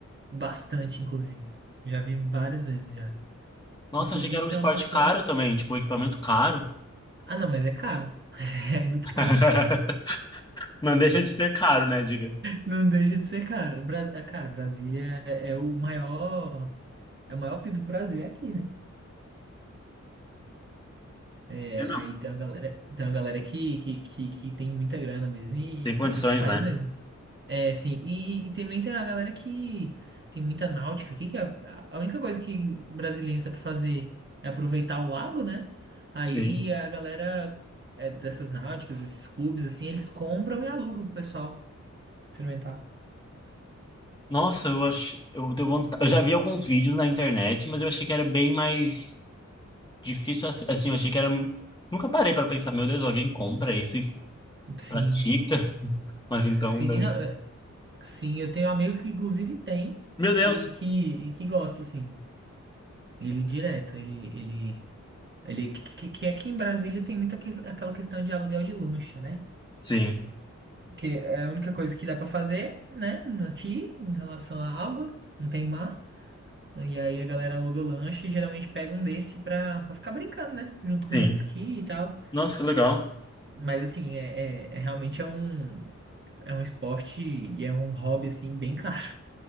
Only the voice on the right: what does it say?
Bastante, inclusive. Já vi várias vezes já.
Inclusive
tem
uma pessoa.
Ah, não, mas é caro. <laughs> É muito
caro.
Não deixa de ser cara. Bra- é, Cara, Brasília é é o maior, é o maior PIB do Brasil é aqui, né? É,
aí tem uma galera, tem uma galera que, que, que, que tem muita grana mesmo e,
e- e que faz
mesmo. É, sim. E, e também tem a galera que tem muita náutica aqui, que é a, a única coisa que brasileiro sabe fazer é aproveitar o lago, né? Aí
a galera é, dessas náuticas, esses clubes, assim, eles compram e alugam pro pessoal experimentar.
Sim.
Sim,
não, é, Sim, eu tenho um amigo que inclusive tem
e que, e que gosta, assim. Ele direto, ele, ele, ele que, que que aqui em Brasília tem muito aque- aquela questão de aluguel de lancha, né?
Que é a única coisa que dá pra fazer, né? Aqui, em relação à água, não tem mar. E aí a galera aluga lancha e geralmente pega um desse pra, pra ficar brincando, né? Junto com
jet ski e tal.
Mas assim, é, é é realmente é um, é um esporte e é um hobby, assim, bem caro.